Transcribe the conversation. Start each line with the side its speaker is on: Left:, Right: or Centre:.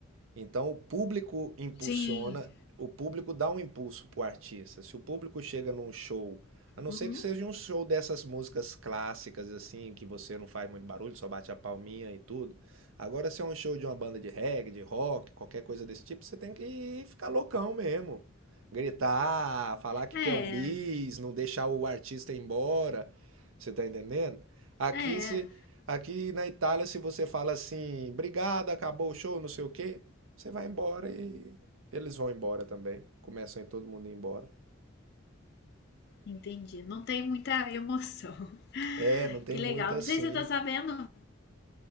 Right: Então o público impulsiona,
Left: Sim.
Right: o público dá um impulso para o artista. Se o público chega num show, a não
Left: Uhum.
Right: ser que seja um show dessas músicas clássicas assim, que você não faz muito barulho, só bate a palminha e tudo. Agora se é um show de uma banda de reggae, de rock, qualquer coisa desse tipo, você tem que ficar loucão mesmo. Gritar, falar que
Left: É,
Right: quer um bis, não deixar o artista ir embora. Você tá entendendo? Aqui
Left: é.
Right: se Aqui na Itália, se você fala assim, obrigado, acabou o show, não sei o quê, você vai embora e eles vão embora também. Começam aí todo mundo ir embora.
Left: Entendi. Não tem muita emoção. <laughs>
Right: É, não tem
Left: Que
Right: muita
Left: legal. Não
Right: assim.
Left: sei se você tá sabendo.